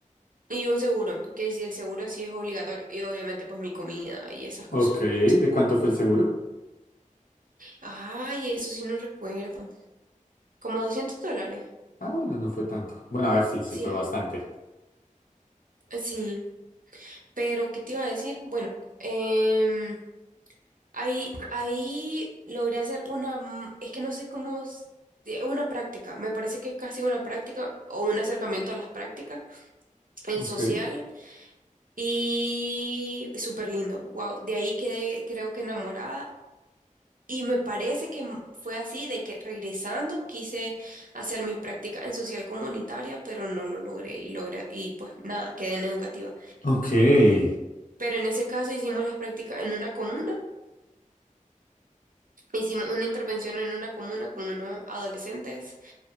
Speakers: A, on the right; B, on the left.
A: y un seguro, que si el seguro sí es obligatorio. Y obviamente pues mi comida y esas cosas.
B: Ok, ¿de
A: Ujú.
B: cuánto fue el seguro?
A: Ay, eso sí no recuerdo. Como 200 dólares.
B: Ah, bueno, no fue tanto. Bueno, a ver, sí, sí
A: Sí,
B: fue bastante.
A: sí. Pero, ¿qué te iba a decir? Bueno, em, Ahí, ahí logré hacer una, m- es que no sé cómo, s- eh, una práctica, me parece que es casi una práctica o un acercamiento a las prácticas en
B: Ok.
A: social y súper lindo, wow, de ahí quedé creo que enamorada y me parece que m- fue así, de que regresando quise hacer mis prácticas en social comunitaria, pero no lo logré y logré, y pues nada, quedé en educativa.
B: Ok. ¿Qué
A: Pero en ese caso hicimos las prácticas en una comuna, hicimos una intervención en una comuna con unos adolescentes